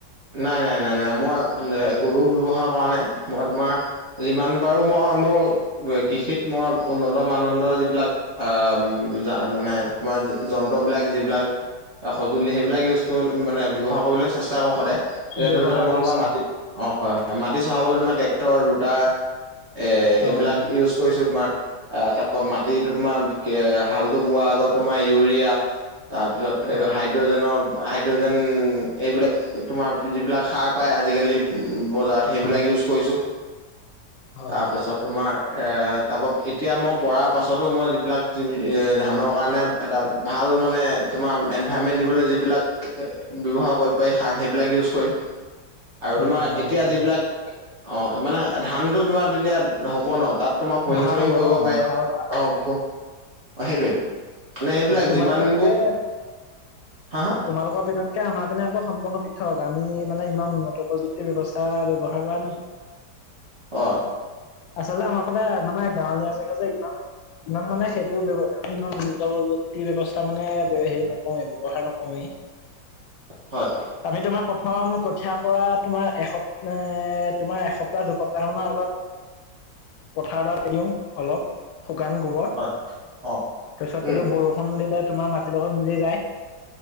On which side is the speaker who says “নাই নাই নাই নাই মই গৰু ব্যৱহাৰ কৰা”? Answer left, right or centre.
Right